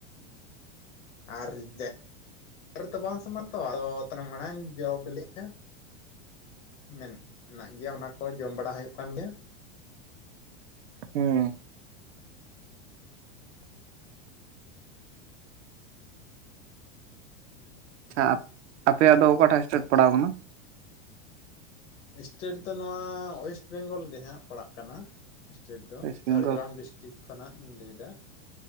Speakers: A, on the left (about 75°); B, on the right (about 80°).
A: ᱟᱨ ᱡᱮ ᱛᱚ ᱵᱟᱝ ᱥᱚᱢᱟᱱ ᱛᱚ ᱟᱫᱚ ᱢᱟᱲᱟᱝ ᱡᱚ ᱵᱮᱞᱮᱜ-ᱟ ᱢᱮᱱᱟᱜ ᱜᱮᱭᱟ ᱚᱱᱟ ᱠᱚ ᱡᱚᱢ ᱵᱟᱲᱟ ᱦᱩᱭᱩᱜ ᱠᱟᱱ ᱜᱮᱭᱟ
B: ᱦᱩᱸ ᱟᱪᱪᱷᱟ ᱟᱯᱮᱭᱟᱜ ᱫᱚ ᱚᱠᱟᱴᱟᱜ ᱥᱴᱮᱴ ᱯᱟᱲᱟᱣ ᱠᱟᱱᱟ
A: ᱥᱴᱮᱴ ᱫᱚ ᱱᱚᱣᱟ ᱳᱭᱮᱥᱴ ᱵᱮᱝᱜᱚᱞ ᱜᱮᱦᱟᱸᱜ ᱯᱟᱲᱟᱜ ᱠᱟᱱᱟ ᱥᱴᱮᱴ ᱫᱚ
B: ᱳᱭᱮᱥᱴ ᱵᱮᱝᱜᱚᱞ
A: ᱡᱷᱟᱲᱜᱨᱟᱢ ᱰᱤᱥᱴᱤᱠ ᱴᱷᱤᱠ ᱠᱷᱚᱱᱟᱜ ᱤᱧ ᱞᱟᱹᱭᱮᱫᱟ